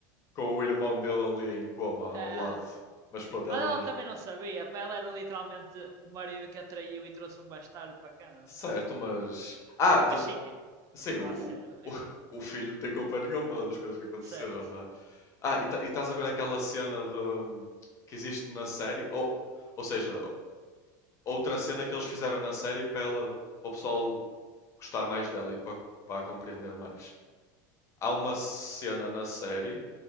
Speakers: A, on the left; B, on the right.
A: com o irmão dele ali em coma ao
B: Ah,
A: lado. Mas pronto,
B: Mas
A: ela.
B: ela
A: não-
B: também não sabia, para ela era literalmente o marido que a traiu e trouxe um bastardo para cá. Não?
A: Certo, mas. Ah, de-
B: Mas sim, é.
A: Sim,
B: continua
A: o,
B: a ser horrível.
A: o, o <laughs> filho não tem culpa nenhuma das coisas que aconteceram,
B: Certo.
A: não é? Ah, e, ta- e estás a ver aquela cena de, que existe na série? Ou, ou seja, outra cena que eles fizeram na série para ela, para o pessoal gostar mais dela e para, para a compreender mais. Há uma cena na série